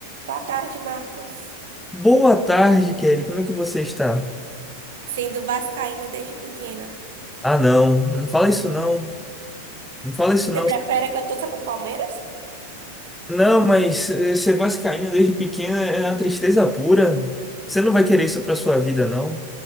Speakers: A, on the right; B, in the centre.
A: Boa tarde, Marcos.
B: Boa tarde, Kelly. Como é que você está?
A: Sendo vascaína desde pequena.
B: Ah, não. Não fala isso, não. Não fala isso,
A: Você
B: não.
A: prefere que eu torça pro Palmeiras?
B: Não, mas eh, ser vascaíno desde pequena é uma tristeza pura. Você não vai querer isso pra sua vida, não?